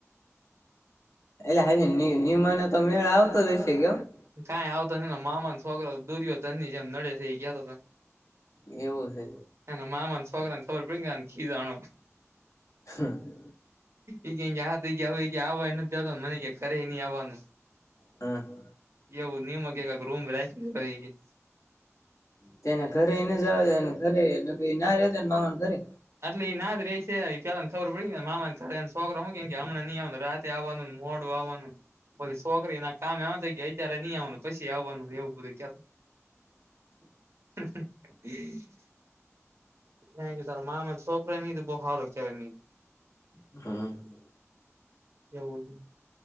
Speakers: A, on the left (about 80°); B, on the right (about 60°).
A: <inaudible>
B: <inaudible>
A: એવું છે.
B: એના મામાને છોકરાને ખબર પડી ગઇ કે આને ખીજાણો.
A: હમ.
B: ઇતો તો આ તો કે આવાય નથી દેતોનથી દેતો ને હવે મને કે ઘરે નઈ આવવાનું.
A: હા.
B: એવું <inaudible> રૂમ રાખી <inaudible>
A: તે એને ને ઘરને નથી તો જવા દે ઘરે ના રહેતો ને મામા ઘરે.
B: એટલે એ ના રે સે જ પેલા ને ખબર પડી મામા ના ઘરે શોકરા કે અમને રાત આવવાનું મોડું આવવાનું પછી છોકરી ના કામ આવા થઈ ગયા અત્યારે નહી આવવાનું પછી આવવાનું એવું બધું ક <unintelligible> ત્યાં તાર મામા મારા છોકરા ને બોવ હારો કેવાય.
A: હમ.
B: એવું.